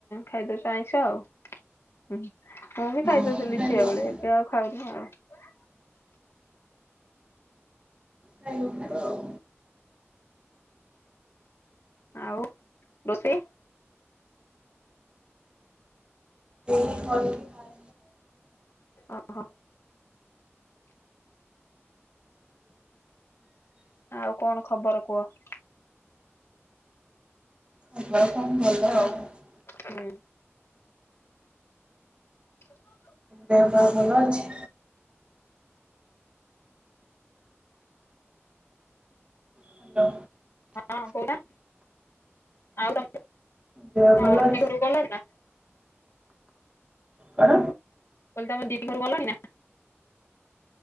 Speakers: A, on the left (about 60°); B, on the right (about 25°).
A: ଖାଇଦଉଚ ଆଇଁଷ ଆଉ ହୁ ମୁଁ ବି
B: ହଁ
A: ଖାଇଦଉଥିଲି
B: ଖାଇଦେଇଛି
A: ଝିଅ ବେଳେ ଏବେ ଆଉ ଖାଉନି ଆଉ। <unintelligible>
B: ଖାଇବୁ ତ ଆଉ।
A: ଆଉ ରୋଷେଇ
B: <unintelligible>
A: ଓହୋ। ଆଉ କଣ ଖବର କୁହ?
B: ଖବର କଣ ଭଲ ଆଉ। ତମ
A: ହୁଁ। <unintelligible>
B: ଦେହ ପାହ ଭଲ ଅଛି? ହାଲୋ।
A: ହଁ କୋଉଟା? ଆଉ ତମ
B: ଦେହ ଭଲ
A: ହଁ
B: ଅଛି?
A: <unintelligible> ଘରୁ ଗଲଣି ନା?
B: କଣ?
A: ତମେ ତମ ଦିଦି ଘରୁ ଗଲଣି ନା?